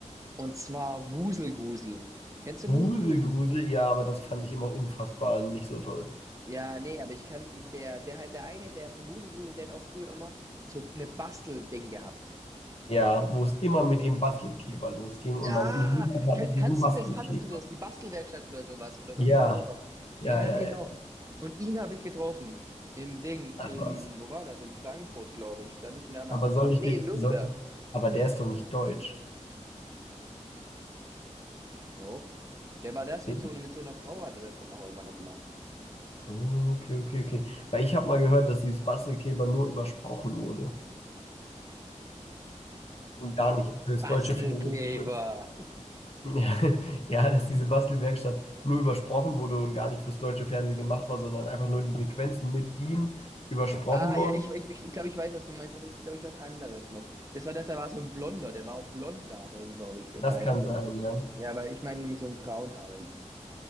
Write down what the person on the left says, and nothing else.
Wusel,
Grusel, ja, aber das fand ich immer unfassbar nicht so toll.
Ja, wo es immer mit dem Bastelkleber losging
und man niemand hatte
diesen
Bastelkleber.
Ja,
ja,
ja,
ja.
Ach
was.
Aber
soll
ich
dich,
soll, aber der ist doch nicht deutsch.
Seht
ihr?
Ah, Okay, okay, okay. Weil ich habe mal gehört, dass dieses Bastelkleber nur übersprochen wurde und gar nicht fürs
deutsche Fernsehen benutzt. Ja, <laughs> ja, dass diese Bastelwerkstatt nur übersprochen wurde und gar nicht fürs deutsche Fernsehen gemacht war, sondern einfach nur die Sequenzen mit ihm übersprochen
wurden.
Das
kann
sein, ja.